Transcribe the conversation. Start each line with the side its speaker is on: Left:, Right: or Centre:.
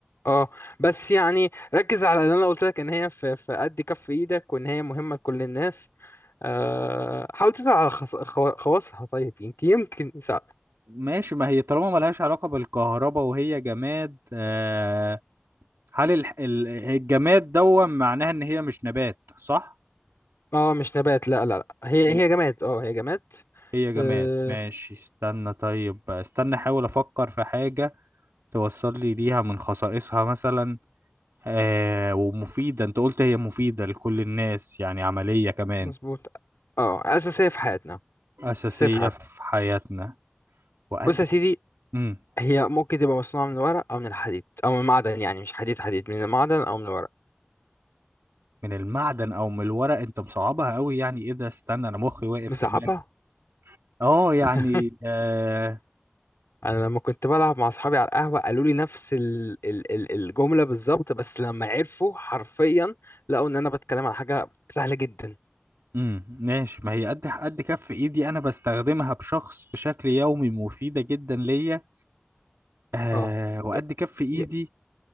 Left: اه بس يعني ركز على اللي انا قلت لك ان هي في في قد كف ايدك وان هي مهمه لكل الناس آه، حاول تسعى على خص- خوا- خواصها طيب يمكن يمكن يساعد
Right: ماشي ما هي طالما ملهاش علاقه بالكهرباء وهي جماد آه هل الح... ال- الجماد دون معناها ان هي مش نبات صح
Left: اه مش نبات لا لا لا هي
Right: م-
Left: هي جماد اه هي جماد
Right: هي جماد
Left: آه،
Right: ماشي استنى طيب استنى احاول افكر في حاجة توصل لي ليها من خصائصها مثلا آه ومفيدة انت قلت هي مفيدة لكل الناس يعني عملية كمان
Left: مظبوط اه اساسيه في حياتنا
Right: أساسية
Left: اساسيه في حياتنا
Right: في حياتنا وقد
Left: بص يا
Right: كده
Left: سيدي
Right: امم
Left: هي ممكن تبقى مصنوعة من الورق أو من الحديد أو من المعدن يعني مش حديد حديد من المعدن أو من الورق
Right: من المعدن او من الورق انت مصعبها قوي يعني ايه ده استنى انا مخي واقف
Left: مصعبها
Right: كمان اه يعني
Left: <laughs>
Right: آه
Left: أنا لما كنت بلعب مع أصحابي على القهوة قالوا لي نفس ال ال ال الجملة بالظبط بس لما عرفوا حرفيا لقوا إن أنا بتكلم على حاجة سهلة جدا
Right: امم ماشي ما هي قد قد كف ايدي انا بستخدمها بشخص بشكل يومي مفيده جدا ليا آه
Left: أه
Right: وقد
Left: ي-
Right: كف ايدي
Left: ي-